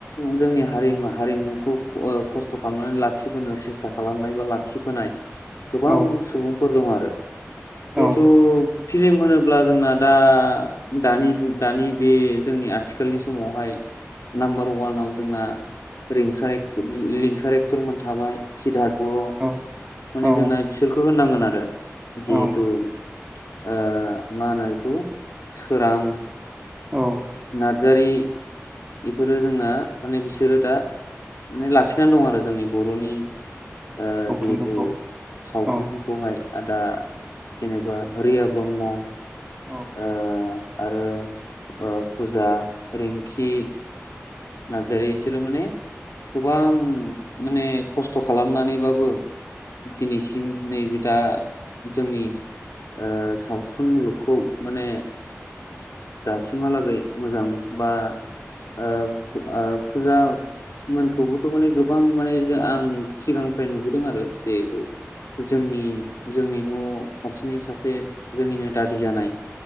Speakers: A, on the left; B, on the right.
A: जोंनि हारिमा हारिमुखौ ओ खस्थ' खालामनानै लाखिबोनो सेस था खालामनाय बा लाखिबोनाय गोबां
B: औ
A: सुबुंफोर दं आरो। जिहेतु
B: औ
A: फिलिम होनोब्ला जोंना दा दानि जुग दानि बे जोंनि आथिखालनि समावहाय नाम्बार वानाव जोंना रिंसार एक लिंसार एक्टरमोन थाबाय सिदधार बर'।
B: औ।
A: माने
B: औ
A: जोंना बिसोरखौ होननांगोन आरो जिहेथु
B: औ
A: ओ मा होनो इखौ सोरां
B: औ
A: नार्जारि। इफोरो जोंना माने बिसोरो दा माने लाखिनानै दं आरो जोंनि बर'नि ओ
B: सावथुनफोरखौ
A: जिहेतु सावथुन।
B: औ
A: बहाय आदा जेनेबा रिया ब्रह्म।
B: औ
A: ओ आरो ओ फुजा रिंखि। नार्जारि इसोरो माने गोबां माने खस्थ' खालामनानैबाबो दिनिसिम नैबे दा जोंनि ओ सावथुन मुलुगखौ माने दासिमहालागै मोजां बा ओ ओ फुजा मोनखौबोथ' माने गोबां माने आं सिगांनिफ्राय नुबोदों आरो जिहेथु जोंनि जोंनि न' फारकनि सासे जोंनिनो दादि जानाय